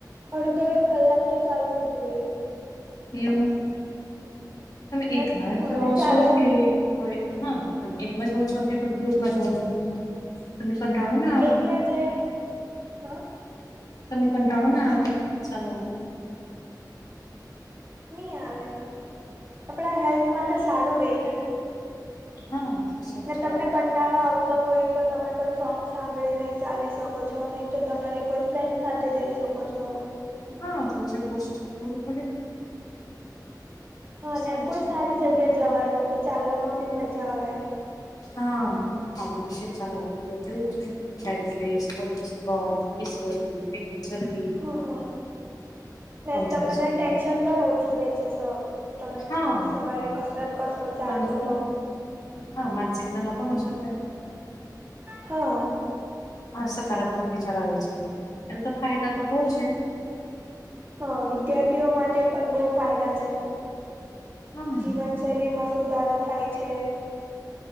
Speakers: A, on the right (about 30°); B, on the left (about 55°).
A: અડધો, એક કલાક તો ચાલવું જ જોઈએ.
B: એવુ, તમે
A: હા
B: એક ધાર જોવો
A: અને ચાલવા
B: છો કે કોઈ હા કોઈ એકમાં જોવો છો કે, કોઈ ગ્રુપમાં જોવો છો, તમને પણ ભાવ ના આવે?
A: એકલા જાય, હા
B: તમને કંટાળો ના આવે ચાલવાનું?
A: ની આવે એમ, આપણા હેલ્થ માટે સારું રહી ને.
B: હા સારું
A: ને
B: છે
A: તમને કંટાળો આવતો હોય તો, તમે કોઈ સોંગ સાંભળીને ચાલી શકો છો, નહીં તો તમારે કોઈ ફ્રેન્ડ સાથે જઈ શકો છો.
B: હા જે છે કોશિસ તો કરવી પડે.
A: હા ને
B: સરસ
A: એમ કોઈ
B: છે
A: સારી
B: હા
A: જગ્યા જવાનું, કે ચાલવામાં બી મજા આવે.
B: હા આદે પીશે ફરવાબી તો તેવું છે. ડબટીસ, <unintelligible> જરબી
A: હ હા, ને
B: કમ થાય
A: તમને
B: છે
A: ટેન્શન પણ ઓછું રે છે. તો, તમે
B: હા
A: સવારે કસરત કરશો, ચાલશો
B: માનસ
A: તો.
B: હા, માનસીક તણાવ પણ ઓછો થાય.
A: હા
B: હા, સકારાત્મક વિચાર આવે છે, એને તો ફાયદા તો બહુ છે.
A: હા, વિદ્યાર્થીઓ માટે પણ બહુ ફાયદા છે,
B: હમ
A: જીવન શૈલીમાં સુધારો થાય છે.